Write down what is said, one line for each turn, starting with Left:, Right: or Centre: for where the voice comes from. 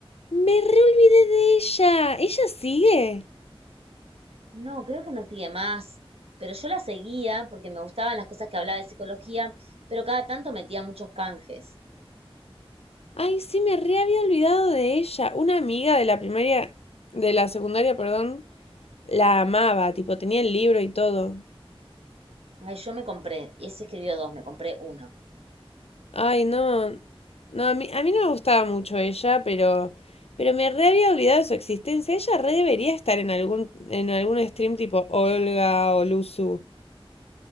Left: Me reolvidé de ella. ¿Ella sigue?
Right: No, creo que no sigue más, pero yo la seguía porque me gustaban las cosas que hablaba de psicología, pero cada tanto metía muchos canjes.
Left: Ay, sí, me re había olvidado de ella. Una amiga de la primaria, de la secundaria, perdón, la amaba, tipo, tenía el libro y todo.
Right: Ay, yo me compré, y ese escribió dos, me compré uno.
Left: Ay, no. No, a mí, a mí no me gustaba mucho ella, pero, pero me re había olvidado de su existencia. Ella re debería estar en algún, en algún stream tipo Olga o Luzu.